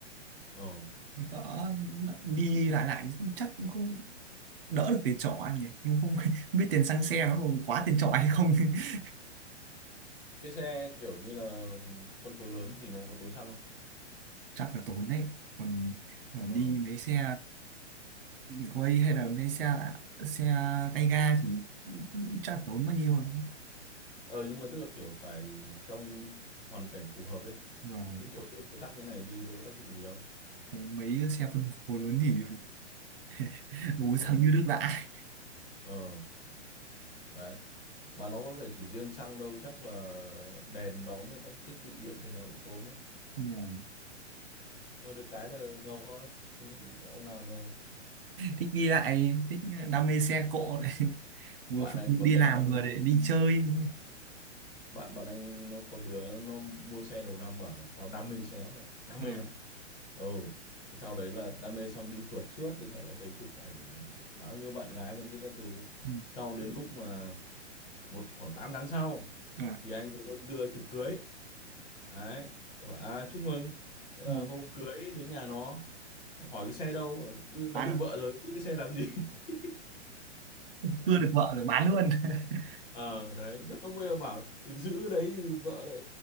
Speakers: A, on the left; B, on the right.
A: ờ
B: đỡ đi lại lại chắc cũng không đỡ được tiền trọ anh nhỉ nhưng không, <laughs> không biết tiền xăng xe nó còn quá tiền trọ hay không <laughs>
A: cái xe kiểu như là phân khối lớn thì nó có tốn xăng không
B: chắc là tốn đấy còn, còn
A: ờ
B: đi mấy xe quay hay là mấy xe xe tay ga thì chắc là tốn bao nhiêu
A: ờ nhưng mà tức là kiểu phải trong hoàn cảnh phù hợp ấy
B: và
A: chứ
B: còn
A: kiểu đường cứ tắc như này đi đâu có tác dụng gì đâu
B: còn mấy xe phân khối lớn thì <laughs> bố
A: ừ
B: sang như nước lã
A: ờ đấy mà nó có phải chỉ riêng xăng đâu chắc là đèn đóm với các thiết bị điện trên nó cũng tốn đấy
B: nhưng mà
A: nhưng mà được cái là ngầu thôi Ừ, ông nào mà
B: thích đi lại thích đam mê xe cộ này <laughs> vừa
A: bạn
B: phục
A: anh
B: vụ
A: có
B: đi
A: đứa
B: làm
A: nó
B: vừa để đi chơi
A: bạn bạn anh nó có đứa nó mua xe đầu năm bảo là tao đam mê xe lắm mẹ đam
B: Đúng
A: mê
B: rồi.
A: lắm ừ Thế sau đấy là đam mê xong đi phượt suốt rồi sau đó thấy chụp ảnh bao nhiêu bạn gái vẫn kia các thứ
B: Ừ.
A: sau đến lúc mà một khoảng 8 tháng sau
B: À,
A: thì anh thấy nó đưa thiệp cưới đấy em bảo à chúc mừng Thế
B: đúng
A: là
B: rồi.
A: hôm cưới đến nhà nó hỏi cái xe đâu Bảo, "Ui, lấy
B: bán
A: được vợ rồi giữ cái xe làm gì <laughs>
B: cưa được vợ rồi bán luôn <laughs>
A: ờ đấy rất ông bây bảo là, giữ đấy thì vợ lại